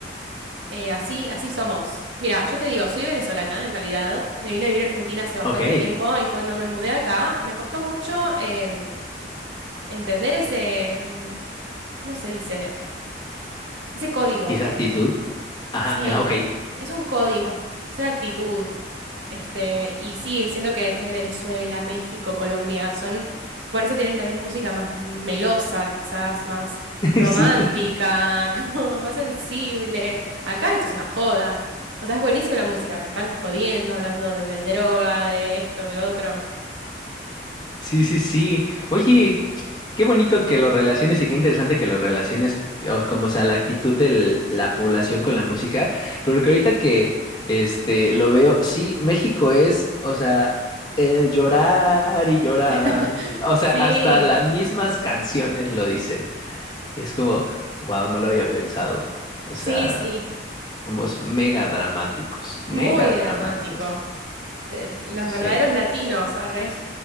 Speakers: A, on the right (about 75°); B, on the left (about 20°).
A: Eh, así, así somos. Mira, yo te digo, soy venezolana en realidad. Me vine a vivir a Argentina hace bastante
B: Ok,
A: tiempo y cuando me mudé acá me costó mucho em, entender ese, mm, ¿cómo se dice? Ese código.
B: esa actitud. Ajá,
A: Sí,
B: eh, ok,
A: es un código, es una actitud. Este, y sí, siento que me- Venezuela, México, Colombia son, por eso tienen también música más melosa, quizás más romántica,
B: <laughs> sí.
A: <laughs> como más sensible. Acá esto es una joda. O sea, es buenísima la música, pero están jodiendo, hablando de, de droga, de esto, que lo otro.
B: Sí, sí, sí. Oye, qué bonito que lo relaciones y qué interesante que lo relaciones, o como o sea, la actitud de la población con la música, pero que ahorita que este lo veo, sí, México es, o sea, el llorar y llorar.
A: <laughs>
B: O sea, hasta las
A: Sí,
B: mismas canciones lo dicen. Y es como, wow, no lo había pensado. O
A: sí,
B: sea,
A: sí.
B: somos mega dramáticos, mega
A: Muy
B: dramáticos.
A: dramático. Te- Los
B: Sí.
A: verdaderos latinos, arre.